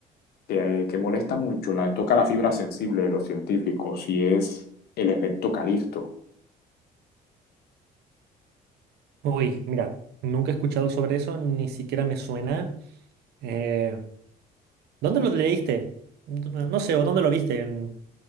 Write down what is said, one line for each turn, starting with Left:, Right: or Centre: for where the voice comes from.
Left: que, que molesta mucho, la, toca la fibra sensible de los científicos y es el efecto Calisto.
Right: Uy, mira, nunca he escuchado sobre eso, ni siquiera me suena. Eh, ¿dónde lo leíste? No no no sé, o dónde lo viste. En-